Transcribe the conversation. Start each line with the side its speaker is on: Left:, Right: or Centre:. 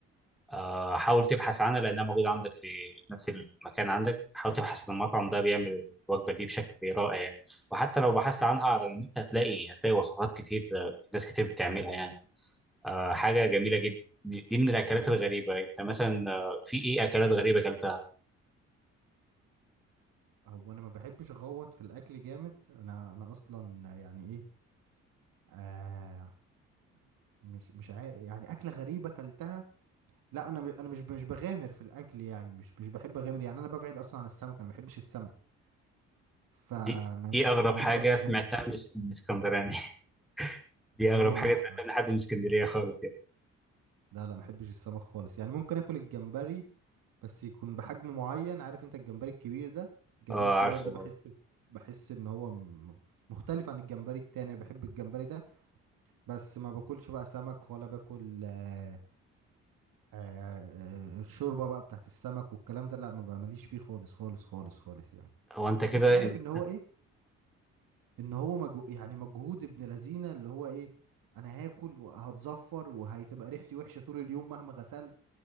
Centre: آه، حاول تبحث عنها لانها موجوده عندك في في نفس المكان عندك حاول تبحث عن المطعم ده بيعمل الوجبه دي بشكل رائع يعني وحتى لو بحثت عنها على النت هتلاقي هتلاقي وصفات كتير آه، ناس كتير بتعملها يعني آه،
Right: مم.
Centre: حاجه جميله جدا دي من الاكلات
Right: عم-
Centre: الغريبه انت مثلا آه، في ايه اكلات غريبه اكلتها
Right: هو أنا ما بحبش أغوط في الأكل جامد أنا أنا أصلا يعني إيه آه مش مش عا... يعني أكلة غريبة أكلتها لا أنا م- أنا مش مش بغامر في الأكل يعني مش مش بحب أغامر يعني أنا ببعد أصلا عن السمك أنا ما بحبش السمك فمش
Centre: دي ايه
Right: مش
Centre: اغرب
Right: مش
Centre: حاجه
Right: من النوع المغامر
Centre: سمعتها من اسك- من اسكندراني <laughs> دي اغرب
Right: اه
Centre: حاجه
Right: لا
Centre: سمعتها من حد من اسكندريه خالص يعني
Right: لا لا ما بحبش السمك خالص يعني ممكن اكل الجمبري بس يكون بحجم معين عارف انت الجمبري الكبير ده الجمبري
Centre: اه
Right: الصغير
Centre: عارفه
Right: ده بحس بحس ان هو م- مختلف عن الجمبري التاني بحب الجمبري ده بس ما باكلش بقى سمك ولا باكل آه، آه، آه، الشوربة بقى بتاعت السمك والكلام ده لا ما بقى- ماليش فيه خالص خالص خالص خالص يعني
Centre: هو انت كده
Right: بحس عارف
Centre: انت
Right: ان هو ايه ان هو مجهو يعني مجهود ابن لذينه اللي هو ايه انا هاكل وهتزفر وهتبقى ريحتي وحشه طول اليوم مهما غسلت